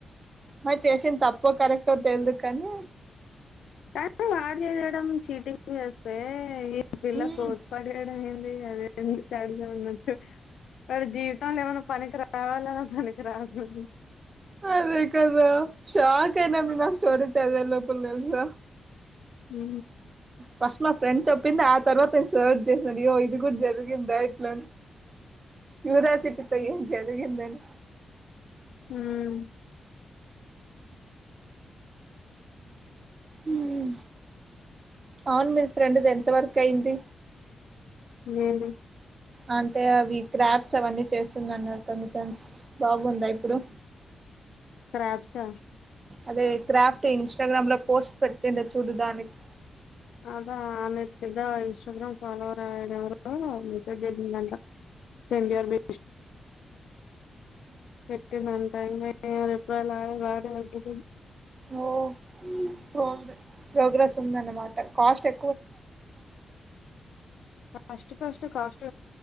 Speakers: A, on the right (about 35°); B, on the left (about 85°).
A: మరి చేసింది తప్పో కరెక్టో తెల్దు కానీ
B: అంటే వాడు చేయడం చీటింగ్ చేస్తే ఈ పిల్ల
A: ఉమ్
B: కోసి పడేయడం ఏంది అదే సరిగా ఉన్నట్టు వాడు జీవితంలో ఏమన్నా పనికి రావాలన్నా పనికి రాకూడ
A: అదే కదా షాక్ అయినం మేమ ఆ స్టోరీ సదలోపల తెలుసా
B: ఉ
A: ఫస్ట్ మా ఫ్రెండ్ చెప్పింది ఆ తర్వాత నేను సర్వ్ చేస్నా గియో ఇది కూడా జరిగి ఇగా డై ట్ల క్యూరియాసిటీతో ఏం జదిగిందని
B: హమ్
A: హమ్ అవును మీ ఫ్రెండ్ది ఎంత వర్క్ అయింది
B: నివేంజయు
A: అంటే అవి క్రాప్స్ అవన్నీ చేస్తుంది అన్నారు కద మీ ఫ్రెండ్స్ బాగుందా ఇప్పుడు
B: క్రాబ్స్ ఆ
A: అదే క్రాఫ్ట్ ఇన్స్టాగ్రామ్ లో పోస్ట్ పెట్టిందే చూడు దానికి
B: అదా ఆమె తిద ఇన్స్టగ్రామ్ ఫాలోవర్ ఆవిడేవరో అవున అబ్లు <unintelligible> సంగారు బే <inaudible> టైమైతే ఎప్పు డేలాగా గాడే పలుకుతాడు
A: ఓ ప్రోగ్ర ప్రోగ్రెస్ ఉందన్నమాట cost a
B: cost first cost